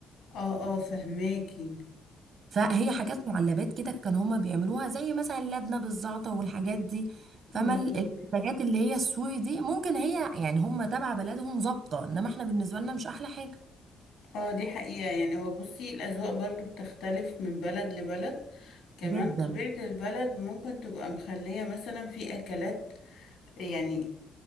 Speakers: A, on the left; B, on the right.
A: اه اه فهماكي
B: فهي حاجات معلبات كده كان هما بيعملوها زي مثلا اللبنة بالزعتر والحاجات دي فما
A: بالظبط
B: ال- المنتجات اللي هي السوري دي ممكن هي يعني هما تبع بلدهم ظابطة انما احنا بالنسبة لنا مش احلى حاجة
A: اه دي حقيقة يعني هو بصي الأذواق برضو بتختلف من بلد لبلد كمان
B: جدا
A: طبيعة البلد ممكن تبقى مخلية مثلا في أكلات يعني